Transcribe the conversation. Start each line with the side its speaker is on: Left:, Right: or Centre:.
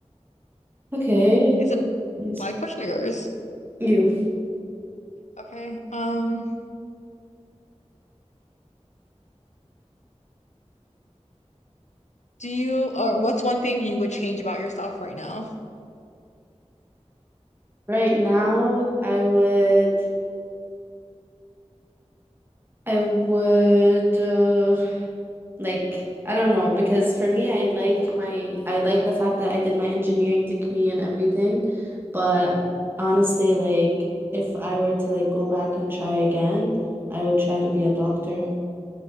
Right: Okay.
Left: Okay, is it
Right: Yes.
Left: my question or yours?
Right: You.
Left: Okay. Um, do you or what's one thing you would change about yourself right now?
Right: Right now, I would I would uh Like, I don't know, because for me, I like my I like the fact that I did my engineering degree and everything, but honestly, like if I were to like go back and try again, I would try to be a doctor.